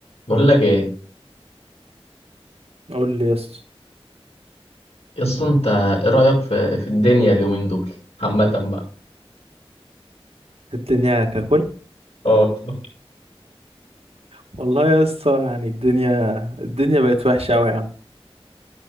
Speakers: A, on the left; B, on the right.
A: بقول لك ايه
B: قول لي يا اسطى
A: اصلا انت ايه رايك في في الدنيا اليومين دول عامه بقى
B: الدنيا ككل
A: اه <laughs>
B: والله يا اسطى يعني الدنيا الدنيا بقت وحشه قوي يا عم